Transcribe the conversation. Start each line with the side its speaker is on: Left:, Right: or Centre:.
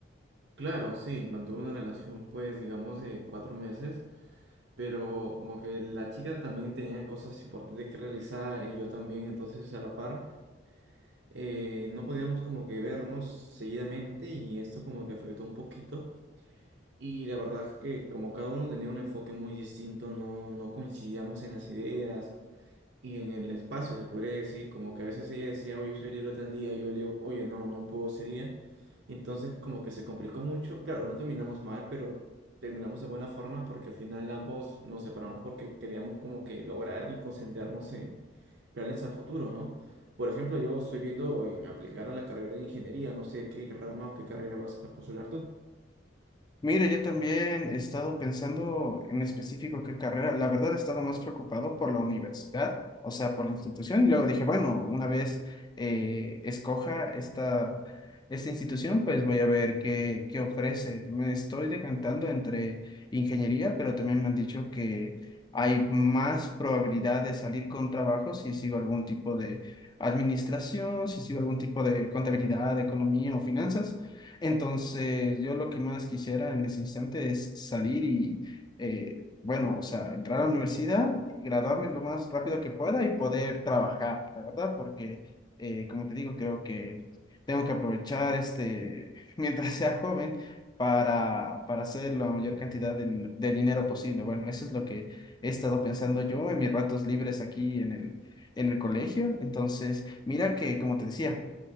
Right: Claro, sí, mantuve una relación, pues, digamos, de cuatro meses, pero como que la chica también tenía cosas importantes que realizar y yo también, entonces a la par. eh, no podíamos como que vernos seguidamente y esto como que afectó un poquito. Y la verdad es que como cada uno tenía un enfoque muy distinto, no, no coincidíamos en las ideas y en el espacio, se podría decir, como que a veces ella decía, oye, soy libre tal día, y yo le digo, oye, no, no puedo ese día. Y entonces como que se complicó mucho, claro, no terminamos mal, pero terminamos de buena forma porque al final ambos nos separamos porque queríamos como que lograr y concentrarnos en planes a futuro, ¿no? Por ejemplo, yo estoy viendo en aplicar a la carrera de ingeniería, no sé qué rama o qué carrera vas a postular tú.
Left: Mira, yo también he estado pensando en específico qué carrera. La verdad he estado más preocupado por la universidad, o sea, por la institución. Y luego dije, bueno, una vez eh, escoja esta, esta institución, pues voy a ver qué, qué ofrece. Me estoy decantando entre ingeniería, pero también me han dicho que hay más probabilidad de salir con trabajo si sigo algún tipo de administración, si sigo algún tipo de contabilidad, economía o finanzas. Entonces, yo lo que más quisiera en ese instante es salir y, eh, bueno, o sea, entrar a la universidad, graduarme lo más rápido que pueda y poder trabajar, la verdad, porque, eh, como te digo, creo que tengo que aprovechar este, <laughs> mientras sea joven, para, para hacer la mayor cantidad de, din- de dinero posible. Bueno, eso es lo que he estado pensando
Right: Claro,
Left: yo en mis ratos libres aquí en el, en el colegio. Entonces, mira que, como te decía,